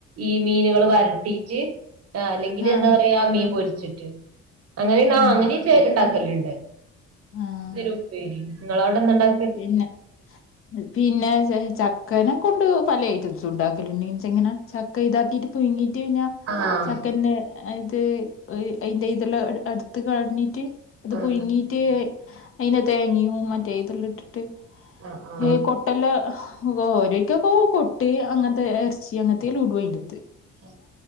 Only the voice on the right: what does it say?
ഈ മീനുകള് വരട്ടീറ്റ് ആഹ് അല്ലെങ്കില്
ന്താ പറയാ മീൻ പൊരിച്ചിട്ട് അങ്ങനെ ന്നാ
അങ്ങനി ചെ ഇണ്ടാക്കല്ണ്ട്.
ന്തേലുപ്പേരി ങ്ങളോടെ എന്താണ്ടാ
ആഹ്
ആഹ്
ആഹ് ആഹ്
<unintelligible>